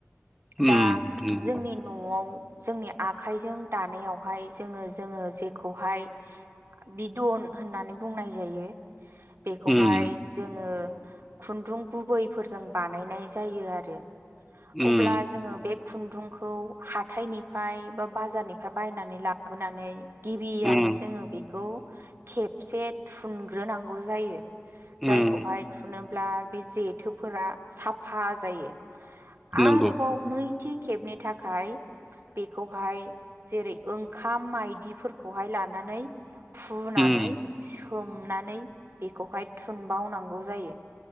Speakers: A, in the centre; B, on the right.
A: उम
B: दा
A: नंगौ
B: जोंनि न'आव जोंनि आखाइजों दानायावहाय जोङो जोङो जेखौहाय बिदन होननानै बुंनाय जायो बेखौहाय
A: उम
B: जोङो खुन्दुं गुबैफोरजों बानायनाय जायो आरो
A: उम
B: अब्ला जोङो बे खुन्दुंखौ हाथायनिफ्राय बा बाजारनिफ्राय बायनानै लाबोनानै गिबियावनो
A: उम
B: जोङो बे खौ खेबसे थुनग्रोनांगौ जायो जायखौहाय
A: उम
B: थुनो ब्ला बे जेथोफोरा साफा जायो आरोबाव
A: नंगौ
B: नै थि खेबनि थाखाय बेखौहाय जेरै ओंखाम माइ माइदिफोरखौहाय लानानै फुनानै
A: उम
B: होमनानै बेखौहाय थुनबावनांगौ जायो